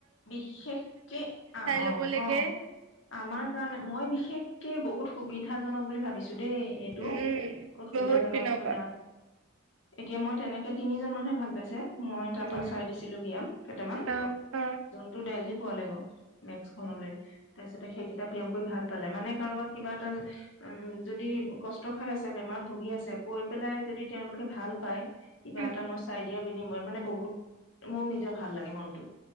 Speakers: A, on the left (about 65°); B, on the right (about 80°).
A: বিশেষকে অ', -অ',
B: লবলৈকে
A: - অ' আমাৰ কাৰণে মই বিশেষকে কি বহুত সুবিধাাজনক বুলি ভাবিছো। দেই এইটো
B: উম
A: অসুবিধাজনক
B: বহুত পিনৰ
A: মানে।
B: পৰা
A: এতিয়া মই তেনেকে তিনিজন মানুহে ভাল পাইছে, মই তাৰ
B: উম
A: পৰা চাই দিছিলো বিয়াম কেইটামান।
B: অ অ
A: টো দেলহি পোৱা লে গৈ। মেক্স খনলৈ তাৰপিছতে সেইকেইটা ব্যায়াম কৰি ভাল পালে মানে কাৰোবাক কিবা এটা উ যদি কষ্ট খাই আছে, বেমাৰ ভুগি আছে, কৈ পেলাই যদি তেওঁলোকে ভাল পায়। কিবা
B: উম
A: এটা মই চাই দিয়া বিনিময় মানে বহুত মোৰ নিজৰ ভাল লাগে মনটো।